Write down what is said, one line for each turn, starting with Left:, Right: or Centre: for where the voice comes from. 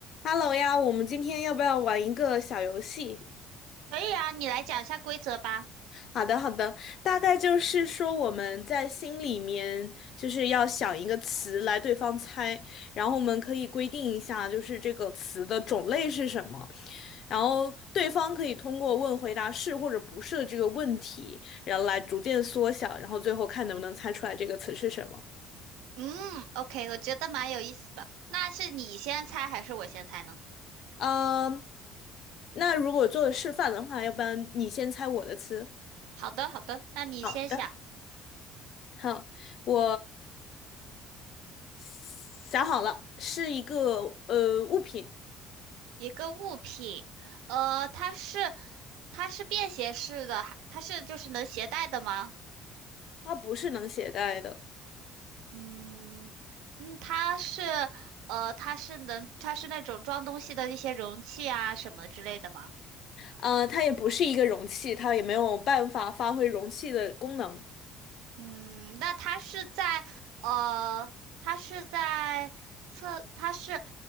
Left: Hello 呀，我们今天要不要玩一个小游戏？
Right: 可以啊，你来讲一下规则吧。
Left: 好的，好的，大概就是说我们在心里面就是要想一个词来对方猜，然后我们可以规定一下，就是这个词的种类是什么，然后对方可以通过问回答是或者不是的这个问题，然后来逐渐缩小，然后最后看能不能猜出来这个词是什么。
Right: 嗯，OK，我觉得蛮有意思的。那是你先猜还是我先猜呢？
Left: 嗯，那如果做示范的话，要不然你先猜我的词。
Right: 好的，好的，那你先想
Left: 好。好，我想好了，是一个呃物品，
Right: 一个物品，呃，它是它是便携式的，还它是就是能携带的吗？
Left: 它不是能携带的，
Right: 嗯嗯，它是呃它是能它是那种装东西的一些容器啊什么之类的吗？
Left: 呃，它也不是一个容器，它也没有办法发挥容器的功能，
Right: 嗯，那它是在呃，它是在测，它是，